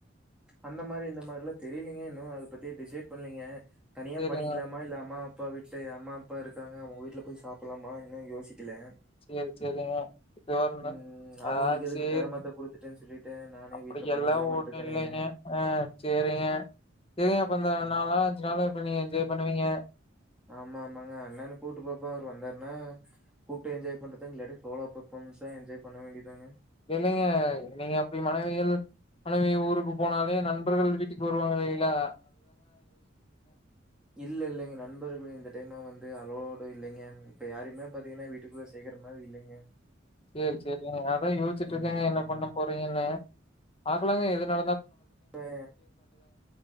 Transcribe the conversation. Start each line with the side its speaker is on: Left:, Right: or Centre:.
Centre: அந்த மாரி இந்த மாரிலா தெரிலிங்க இன்னு அத பத்தியே டிசைட் பண்லிங்க தனியா
Left: சேரிங்க
Centre: பண்ணிக்கலாமா இல்ல அம்மா அப்பா வீட்டு அம்மா அப்பா இருக்காங்க அவங்க வீட்ல போய் சாப்படலாமா இன்னு யோசிக்கல
Left: சேர் செரிங்க இதுவா இருந்தா
Centre: ம் அவங்களுக்கு
Left: ஆ
Centre: எதுக்கு
Left: சேர்
Centre: செரமத்த குடுத்துட்டுன்னு சொல்லிட்டு நானே
Left: அப்படியெல்லாம்
Centre: வீட்ல பண்ணிக்கலாமான்னு
Left: ஒண்ணு
Centre: இருக்கேனுங்க
Left: இல்லிங்க ஆ செரிங்க செரிங்க அப்ப இந்த நாலு
Centre: ம்
Left: நாளு அஞ்சு நாளு இப்ப நீங்க என்ஜாய் பண்ணுவிங்க
Centre: ஆமா ஆமாங்க அண்ணன கூப்ட்டு பாப்ப அவரு வந்தாருனா கூப்ட்டு என்ஜாய் பண்றதுங் இல்லாட்டி சோலா பர்ஃபாமென்ஸா என்ஜாய் பண்ண வேண்டியதாங்க
Left: இல்லைங்க நீங்க அப்டி மனைவிகள் மனைவி ஊருக்கு போனாலே நண்பர்கள் வீட்டுக்கு வருவாங்க இல்லைங்ளா
Centre: இல்ல இல்லைங்க நண்பர்கள் இந்த டைம வந் து அளோடு இல்லைங்க இப்ப யாரையுமே பாத்திங்கனா வீட்டுக்குள்ள சேக்கற மாரி இல்லைங்க
Left: சேரி சேரிங்க அதா யோசிச்சுட்டு
Centre: ம்
Left: இருக்கங்க என்ன பண்ண போறிங்கன்னு பாக்லாங்க எது ந
Centre: ஏ